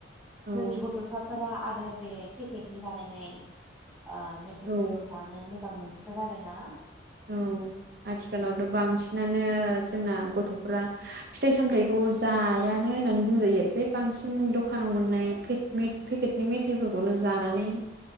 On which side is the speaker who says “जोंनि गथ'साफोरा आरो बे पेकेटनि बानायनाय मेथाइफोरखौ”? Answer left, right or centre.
Centre